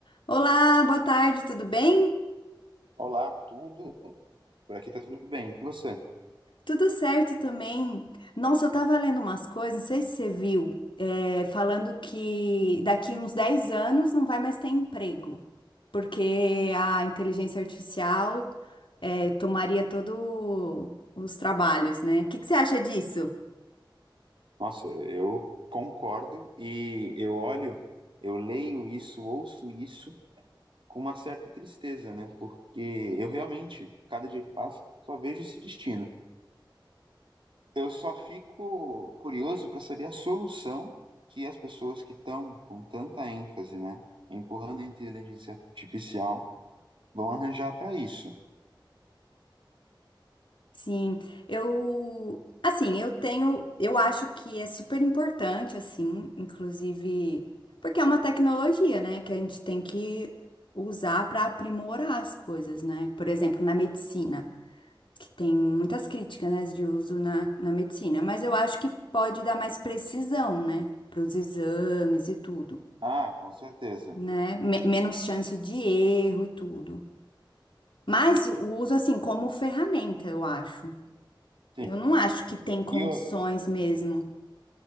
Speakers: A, on the left; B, on the right.
A: Olá, boa tarde, tudo bem?
B: Olá, tudo? Por aqui tá tudo bem com você?
A: Tudo certo também. Nossa, eu tava lendo umas coisas, não sei se você viu, é, falando que daqui uns 10 anos não vai mais ter emprego, porque a inteligência artificial, é, tomaria todos os trabalhos, né? O que que você acha disso?
B: Nossa, eu concordo e eu olho, eu leio isso, ouço isso com uma certa tristeza, né? Porque eu realmente, cada dia que passa, só vejo esse destino. Eu só fico curioso para saber a solução que as pessoas que estão com tanta ênfase, né, empurrando a inteligência artificial vão arranjar para isso.
A: Sim, eu, assim, eu tenho, eu acho que é super importante, assim, inclusive, porque é uma tecnologia, né, que a gente tem que usar para aprimorar as coisas, né? Por exemplo, na medicina, que tem muitas críticas, né, de uso na, na medicina, mas eu acho que pode dar mais precisão, né, para os exames e tudo,
B: Ah, com certeza.
A: né? Me- menos chance de erro e tudo. Mas o o uso, assim, como ferramenta, eu acho.
B: Sim.
A: Eu não acho que tem condições
B: E outra,
A: mesmo.